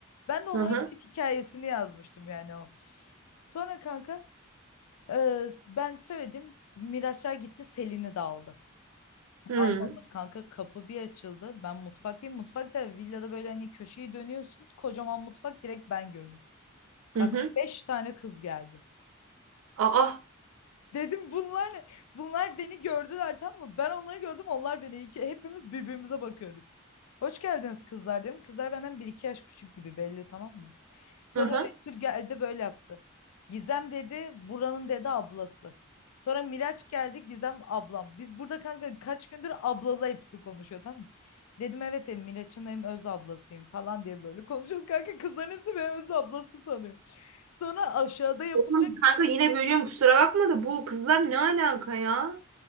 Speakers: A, on the left (about 80°); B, on the right (about 70°).
A: Ben de onları
B: Aha.
A: hikayesini yazmıştım yani o. Sonra kanka e, ben söyledim. Miraçlar gitti Selin'i de aldı.
B: Hı.
A: Allah Allah kanka kapı bir açıldı. Ben mutfaktayım. Mutfakta villada böyle hani köşeyi dönüyorsun. Kocaman mutfak direkt ben görünüyorum. Kanka
B: Hı hı.
A: beş tane kız geldi.
B: Aa.
A: Dedim bunlar ne? Bunlar beni gördüler tamam mı? Ben onları gördüm onlar beni. İki, hepimiz birbirimize bakıyoruz. Hoş geldiniz kızlar dedim. Kızlar benden bir iki yaş küçük gibi belli tamam mı? Sonra
B: Aha.
A: Resul geldi böyle yaptı. Gizem dedi buranın dedi ablası. Sonra Miraç geldi Gizem ablam. Biz burada kanka kaç gündür ablalı hepsi konuşuyor tamam mı? Dedim evet hem Miraç'ın hem öz ablasıyım falan diye böyle konuşuyoruz. Kanka kızların hepsi beni öz ablası sanıyor. Sonra aşağıda yapılacak.
B: Oğlum kanka yine bölüyorum kusura bakma da bu kızlar ne alaka ya?